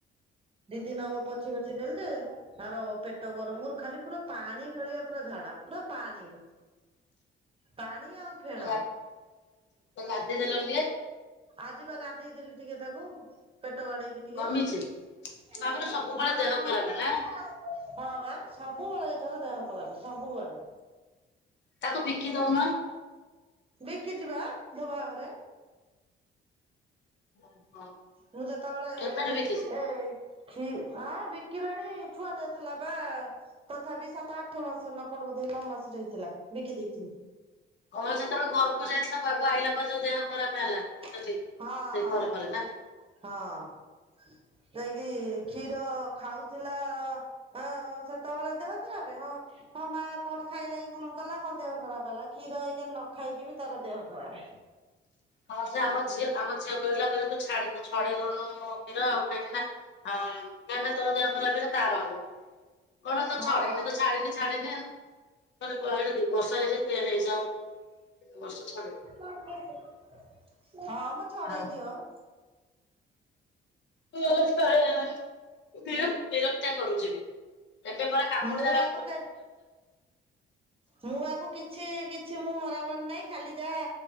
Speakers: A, on the right; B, on the left.
A: ଦିଦି ହବ ପୋଛି ପାଛି ଦେଲି ଯେ ତାର ପେଟ ଗରମରୁ ଖାଲି ପୁରା ପାଣି ଭଳିଆ ପୁରା ଝାଡା ପୁରା ପାଣି ପାଣି। ଆଉ ଫେଣ
B: ତ ଗା ତାକୁ ଗାଧେଇ ଦେଲନି ଟିକେ
A: ଆଜିିବା ଗାଧେଇ ଦେଲି ଟିକେ ତାକୁ ପେଟ ଟ ବାଡେଇକି ଟିକେ
B: କମିଛି। ବାବାରେ ସବୁବେଳେ
A: ହଁ
B: ଦେହ
A: ଟିକେ
B: ଖରାପ
A: ହଁ
B: ନା।
A: ବା ସବୁବେଳେ ଏଥର ଦେହ ଖରାପ ସବୁବେଳେ।
B: ତାକୁ ବିକି ଦଉନ।
A: ବିକିଚି ବା ଧୋବାଘରେ।
B: ହଁ
A: ମୁଁ ଯେତେବେଳେ
B: କେବେଠୁ ବିକିଛୁ?
A: ଏଇ ଛି ଆଁ ବିକିଲେଣି ଛୁଆଟେ ଥେଲା ବା ତଥାପି ସାତ ଆଠ ମାସ ନା କଣ ବୋଧେ ନଅ ମାସରେ ହେଇଥିଲା ବିକି ଦେଇଥିଲି।
B: ଓହୋ ଯେତବେଳେ ଘରକୁ ଯାଇଥିଲା ଘରୁ ଆଇଲା ପରେ ଯୋଉ ଦେହ ଖରାପ ହେଲା।
A: ହଁ
B: ସେଠି ସେ ପରେ
A: ହଁ
B: ପରେ ନା
A: ହଁ। ଯାଇକି କ୍ଷୀର ଖାଉଥିଲା ହଁ ସେତେବେଳେ ଦେହ ଖରାପ ହଁ ହଁ ମା କଣ ଖାଇଲା କି କଣ କଲା ହଁ ଦେହ ଖରାପ ହେଲା କ୍ଷୀର ଏଇଖୀ ନ ଖାଇକି ବି ତାର ଦେହ ଖରାପେ।
B: ହଁ ସେ ଆମ ଝିଅ ଆମ ଝିଅ କହିଲା କହିଲେ ତୁ ଛା ଛଡେଇ ଦଉନୁ କ୍ଷୀର ଆଉ କାହିଁକି ନା କାହିଁକି ନା ତୋ ଦେହ ଖରାପ ହେଲେ ତାର ହବ। କଣ ତ
A: ହଁ
B: ଛଡେଇନି ତ ଛାଡ଼ିନି ଛାଡ଼ିନି ଆଉ। ମାନେ କଡେ ଦି ବର୍ଷ ହେଇଯାଇ ହେଇଯାଉ <unintelligible>
A: <unintelligible> <inaudible> ହଁ ମୁଁ ଛଡେଇ
B: ଆଉ
A: ଦିଅ <inaudible>
B: ହ ବିରକ୍ ବିରକ୍ତିଆ କରୁଛି ବି ଏବେ ପରା କାମୁଡି
A: ମୁଁ
B: ଦେଲା
A: ୟାକୁ କେ ମୁଁ ୟାକୁ କିଛି କିଛି ମୁଁ ମରମରି ନାହିଁ ଖାଲି ଯାହା